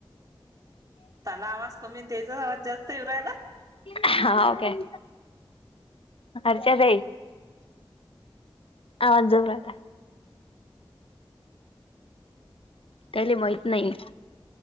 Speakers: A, on the right; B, on the left.
A: त्याला आवाज कमी त्याचाच आवाज जास्त येरायला.
B: हा हो काय. अच्छा ताई. आवाज जोरात हाय. त्याले माहित नाही